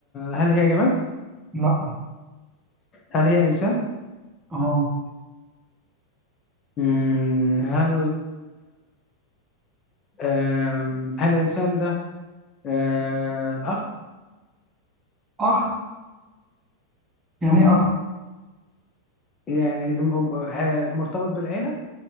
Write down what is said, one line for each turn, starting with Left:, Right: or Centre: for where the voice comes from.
Left: هل هي جماد
Right: لا
Left: هل هي انسان
Right: اه
Left: مم. هل آم، هل الانسان ده آه، اخ
Right: اخ يعني
Left: مم.
Right: ايه اخ
Left: يعني م- م- آه، مرتبط بالعيله